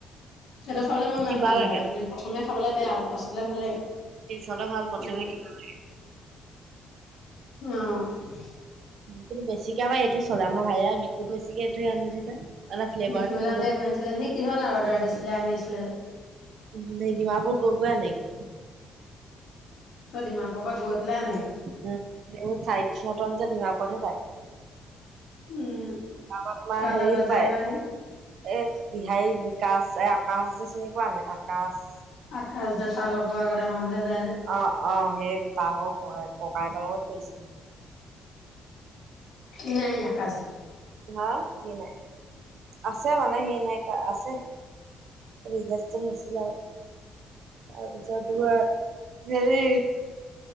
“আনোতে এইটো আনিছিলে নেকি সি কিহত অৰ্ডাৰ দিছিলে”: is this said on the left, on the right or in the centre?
Left